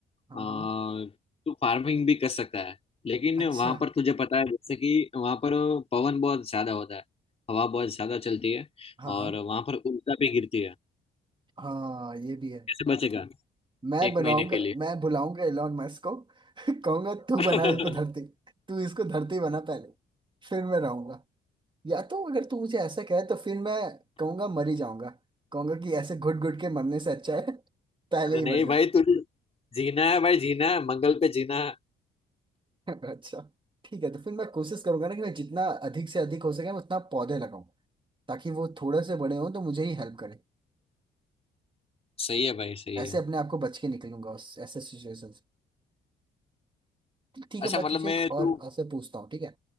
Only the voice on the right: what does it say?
हाँ
हाँ
अच्छा
हाँ
हाँ
हाँ ये भी है
मैं
बनाऊंगा
मैं बुलाऊंगा एलोन मस्क को <laughs> कहूंगा तू
बना इसको धरती तू इसको धरती बना पहले फिर मैं रहूंगा या तो अगर तू मुझे ऐसा कहे तो फिर मैं कहूंगा मर ही जाऊंगा कहूंगा कि ऐसे घुट घुट के मरने से अच्छा है <laughs> पहले
ही
मर जाओ
<laughs> अच्छा ठीक है तो फिर मैं कोशिश करूंगा ना कि मैं जितना अधिक से अधिक हो सके मैं उतना पौधे लगाऊं ताकि वो थोड़े से बड़े हों तो मुझे ही हेल्प करे
ऐसे
अपने आप को बच के निकलूंगा उस ऐसे सिचुएशन से ठीक
है मैं
तुझे
एक और
ऐसे पूछता हूँ ठीक है